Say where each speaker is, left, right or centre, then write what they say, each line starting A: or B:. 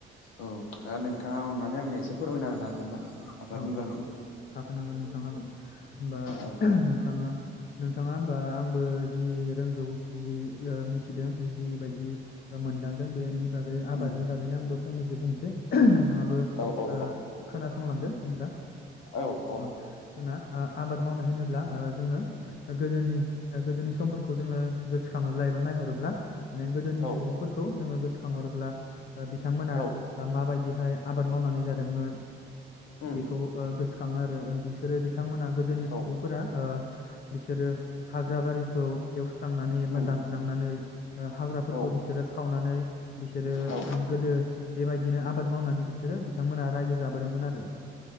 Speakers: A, on the left (about 80°); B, on the left (about 50°).
A: औ दा नोंथाङा अनना नै आंनो एसे फोरमायना होनो हागोन ना? आबादनि
B: औ
A: बागै
B: औ हागोन हागोन नोंथां हागोन होमबा
A: औ
B: नोंथाङा नोंथाङा होमबा आंबो जि रोंगौ जि ओ मिथिदों जिबायदि मोनदांदों बेनि बागै आबादनि
A: उम
B: बागैनो आंबो फंनैसो बुंसै नोंथाङाबो
A: औ औ
B: ओ खोनासंलांदो होमब्ला
A: औ औ
B: अ जोंना आ आबाद मावनो होनोब्ला ओ जोङो गोदोनि गोदोनि समफोरखौ जोङो गोसोखाङोब्ला एबा नायहरोब्ला माने गोदोनि
A: औ
B: सुबुंफोरखौ जोङो गोसो खांहरोब्ला ओ बिथांमोना
A: औ
B: ओ माबाय बिहाय आबाद मावनानै जादोंमोन।
A: उम
B: बेखौ ओ गोसो खाङो आरो ओं बिसोरो बिथांमोना गोदोनि
A: औ
B: सुबुंफोरा ओ बिसोरो हाग्रा बारिखौ एवस स्रांनानै एबा
A: उम
B: दानस्रांनानै ओ हाग्राफोरखौ
A: औ
B: बिसोरो सावनानै बिसोरो
A: औ
B: गोदो बेबायदि बिदिनो आबाद मावनानै बिसोरो बिथांमोनहा रायजो जाबोदोंमोन आरो